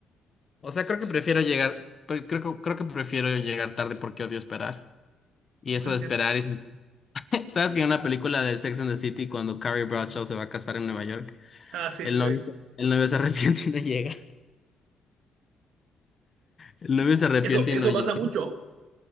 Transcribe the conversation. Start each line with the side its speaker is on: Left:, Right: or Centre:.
Left: O sea, creo que prefiero llegar, pre- creo, que- creo que prefiero llegar tarde porque odio esperar. Y eso
Right: entiendo.
Left: de esperar es... <laughs> ¿Sabes que en una película de Sex and the City, cuando Carrie Bradshaw se va a casar en Nueva York,
Right: Ah, sí,
Left: el
Right: sí.
Left: novio,
Right: sí.
Left: el novio se <laughs> arrepiente y no llega? El novio se arrepiente
Right: Eso, eso
Left: y no llega.
Right: pasa mucho.